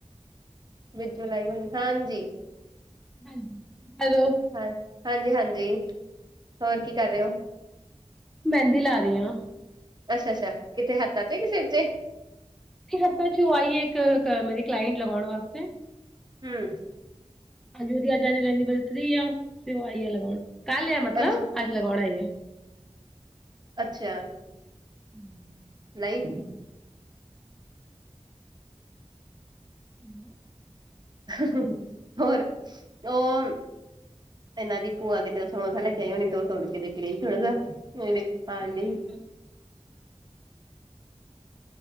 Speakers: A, on the right; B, in the centre.
A: ਬਿੱਜੂ ਲਾਈ ਹੋਣੀ ਹਾਂਜੀ।
B: ਹਜੀ ਹੈਲੋ
A: ਹਾਂ, ਹਾਂਜੀ-ਹਾਂਜੀ, ਹੋਰ ਕੀ ਕਰ ਰਹੇ ਹੋ
B: ਮਹਿੰਦੀ ਲਾ ਰਹੀ ਹਾਂ
A: ਅੱਛਾ-ਅੱਛਾ, ਕਿੱਥੇ ਹੱਥਾ ਤੇ ਸਿਰ ਤੇ?
B: ਹੱਥਾਂ ਚ ਉਹ ਆਈਏ ਇੱਕ ਮੇਰੀ ਕਲਾਇੰਟ ਲਗਾਉਣ ਵਾਸਤੇ
A: ਹਮ
B: ਅਜ ਉਹਦੀ ਅੱਜਜ ਐਨੀਵਰਸਰੀ ਆ, ਤੇ ਉਹ ਆਈ ਆ ਲਗਾਉਣ ਕੱਲ ਆ ਮਤਲਬ
A: ਅੱਛਾ
B: ਅੱਜ ਲਗਵਾਣ ਆਈ ਆ
A: ਅੱਛਾ
B: <inaudible>
A: ਨਹੀ
B: <inaudible>
A: ਹ ਹ ਹ ਹੋਰ ਉਹ ਇਨਾ ਦੀ ਪੂਆ ਕਿਤੇ ਸਮੋਸਾ ਲੈਕੇ ਆਇ ਹੋਣੀ ਤ ਤੋੜਕੇ ਕੇ ਦੇਖ ਲਈ ਥੋੜਾ ਖਾਣ
B: <inaudible>
A: ਡਈ